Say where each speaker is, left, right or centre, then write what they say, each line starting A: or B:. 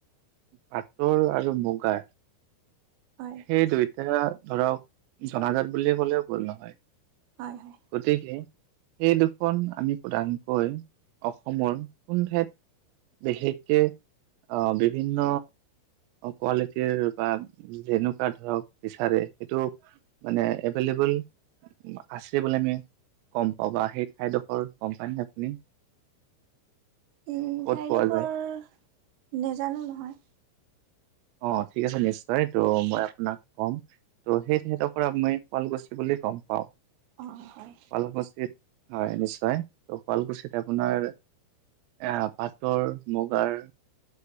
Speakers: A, on the right; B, on the right.
A: পাটৰ আৰু মুগাৰ
B: হয়
A: সেই দুইটা ধৰক জনাজাত বুলি কলেও ভূল নহয়
B: হয় হয়।
A: গতিকে। সেই দুখন আমি প্ৰধানকৈ অসমৰ কোন ঠাইত। বিশেষকে আহ বিভিন্ন। কোৱালিটিৰ বা যেনেকুৱা ধৰক বিচাৰে সেইটো। মানে এভেইলেবল আছে বুলি আমি। গ'ম পাব বা সেই ঠাইডোখৰ গ'ম পানে আপুনি।
B: উম,
A: ক'ত
B: ঠাইডোখৰ
A: পোৱা যায়
B: নাজানো নহয়।
A: অ'থিক আছে নিশ্বয় টো মই আপোনাক কম সেই ঠাই ডোখৰত আপুনি শুৱালকুছি বুলি গ'ম পাওঁক
B: অ হয় হয়
A: শুৱালকুচিত। হয় নিশ্চয়, ত, শুৱালকুছিত আপোনাৰ। এ পাটৰ, মুগাৰ